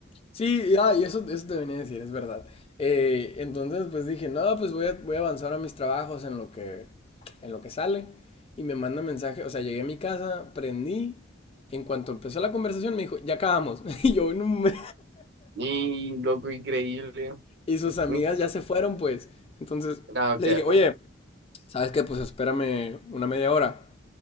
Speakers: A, on the left (about 30°); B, on the right (about 60°).
A: Sí, ah, y eso, eso te venía a decir, es verdad. Eh, entonces, pues dije, nada, pues voy a, voy a avanzar a mis trabajos en lo que, en lo que sale. Y me manda mensaje, o sea, llegué a mi casa, prendí. En cuanto empezó la conversación, me dijo, ya acabamos. <laughs> Y yo, no, me-
B: Y loco, increíble.
A: y sus amigas
B: Mm,
A: ya se fueron, pues. Entonces,
B: Ah, ok,
A: le
B: ajá.
A: dije, oye, ¿sabes qué? Pues espérame una media hora.